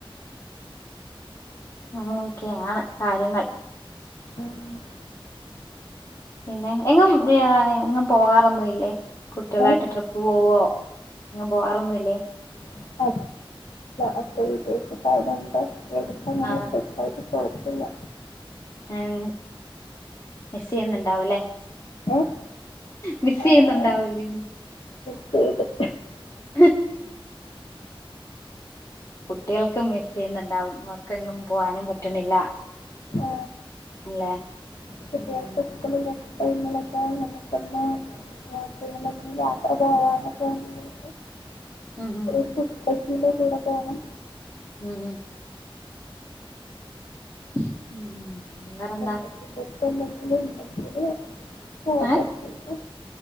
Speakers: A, on the left (about 35°); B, on the left (about 75°).
A: അങ്ങനെയൊക്കെയാണ് കാര്യങ്ങൾ
B: ആഹ്
A: പിന്നെ എങ്ങും എങ്ങും പോകാറൊന്നും ഇല്ലേ കുട്ടികളായിട്ട്
B: ഏഹ്
A: ട്രിപ്പ് പോവുവോ എങ്ങും പോവാറൊന്നുല്ലേ
B: <unintelligible> അച്ചൻ വിദേശത്തായതോണ്ട് <unintelligible>
A: ആ
B: ല്ല
A: ഉം മിസ്സ്‌ ചെയ്യൂന്നണ്ടാവും ഇല്ലേ
B: ഏഹ്
A: മിസ്
B: ആഹ്
A: ചെയ്യുന്നുണ്ടാവല്ലേ
B: <unintelligible>
A: <inaudible> കുട്ടികൾക്കും മിസ് ചെയ്യുന്നുണ്ടാവും അവർക്കെങ്ങും പോവാനും പറ്റണില്ല
B: ആ
A: അല്ലേ
B: കുട്ടികൾക്ക്
A: ഉം ഉം
B: സ്കൂളില്ല <unintelligible> <unintelligible> യാത്രപോവാനൊക്കെയായിട്ട് <inaudible>
A: ഉം ഉം ഉം
B: ഓന്ക് ഇപ്പച്ചീന്റെ കൂടെ പോണം
A: ഉം ഉം ഉം
B: <inaudible>
A: വേറെന്താ
B: പ്പന്തെങ്കിലും ണ്ടെങ്കില് പോവുമ്പത്തിനും
A: ഏ